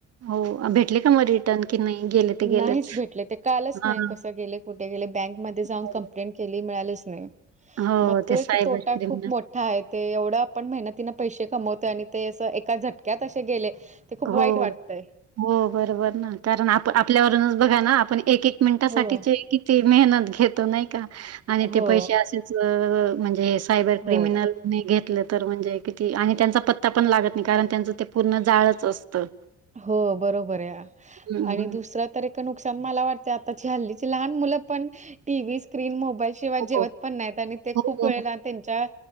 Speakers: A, on the right (about 55°); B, on the right (about 25°).
A: हो भेटले का मग. की नाही गेले. ते गेलेच.
B: नाहीच भेटले ते कळताच
A: हां,
B: नाही कसं गेले कुठे गेले बँकमध्ये जाऊन
A: हो.
B: कंप्लीट. बँक मध्ये जाऊन कम्प्लीट केली पण काही मिळालेच नाही
A: हो,
B: पण तो
A: ते
B: एक
A: सायबर
B: मोठा
A: क्रिमिनल.
B: तोटा. हाय ते एवढं आपण मेहनतीन पैसे कमवतो आणि ते अस एका झटक्यात असे गेले. ते खूप
A: हो
B: वाईट वाटतंय.
A: हो बरोबर ना कारण आप आपल्यावरूनच बघा ना आपण. एक एक मिनिटासाठीचे
B: हो,
A: किती मेहनत घेतो नाही का? आणि
B: हो,
A: ते पैसे असेच म्हणजे सायबर क्रिमिनल.
B: हो,
A: नाही घेतलं तर म्हणजे किती आणि त्यांचा पत्ता पण लागत नाही कारण त्यांचं ते पूर्ण जाळच असतं
B: हो बरोबर आहे
A: हं,
B: आणि
A: हं.
B: दुसरा इतक नुकसान मला वाटतंय आत्ताची हाल्लीची लहान मुल पण टीव्ही स्क्रीन मोबाईल शिवाय
A: हो,
B: जेवत पण नाहीत आणि ते
A: हो,
B: खूप
A: हो,
B: वेळ त्यांच्या